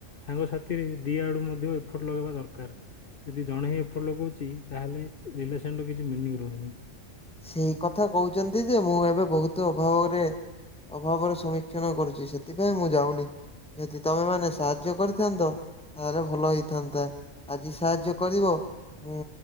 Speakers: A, on the left; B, in the centre.
A: ସାଙ୍ଗସାଥି ଦି ଆଡୁ ମଧ୍ୟ ଏଫର୍ଟ ଲଗେଇବା ଦରକାର। ଯଦି ଜଣେ ହିଁ ଏଫର୍ଟ ଲଗଉଛି ତାହେଲେ ରିଲେସନ ର କିଛି ମିନିଂ ରୁହେନି।
B: ସେଇ କଥା କହୁଛନ୍ତି ଯେ ମୁଁ ଏବେ ବହୁତ ଅଭାବରେ ଅଭାବର ସମୀକ୍ଷନ କରୁଛି। ସେଥିପାଇଁ ମୁଁ ଯାଉନି। ଯଦି ତମେ ମାନେ ସାହାଯ୍ୟ କରିଥାନ୍ତ ତାହେଲେ ଭଲ ହେଇଥାନ୍ତା। ଆଜି ସାହାଯ୍ୟ କରିବ ମୁଁ